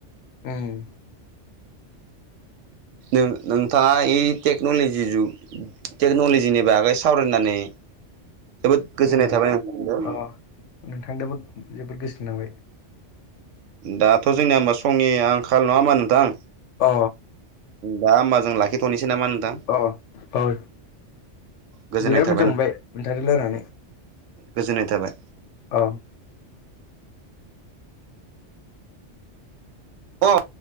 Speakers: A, on the left; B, on the right.
A: उम।
B: ों नोंथाङा इ टेक्न'लजि जुग टेक्न'लजिनि बागै सावरायनानै जोबोद गोजोननाय
A: उम
B: थाबाय नोंथांजों
A: अ नोंथांजोंबो जोबोद गोसो नांबाय।
B: दाथ' जोंनिया हबा समनि आंखाल नङा हा नोंथां।
A: अ।
B: दा ह होनब जों लािथ'सै नामा नोंथां।
A: अ अ औ
B: गोजोननाय
A: बिराद
B: थाबाय
A: मोजां मोनबाय मोनथादो लानानै
B: गोजोननाय थाबाय।
A: अ।
B: अ।